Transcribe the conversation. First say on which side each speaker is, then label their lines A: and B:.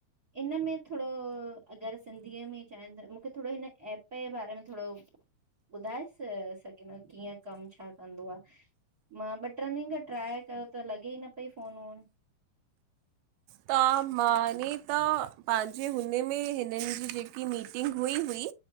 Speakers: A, on the right; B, on the right.
A: इन में थोरो अगरि सिंधीअ में ई चान था मूंखे थोरो हिन एप पे जे बारे में थोरो ॿुधाए स सघींदा कीअं कम छा कंदो आ। मां ॿ ट्रिन ॾींहंन खां ट्राए कयो त लॻे ई न पई फोन वोन।
B: त मां ने त पांजे हुन में हिननि जी जेकी मीटिंग हुई हुई।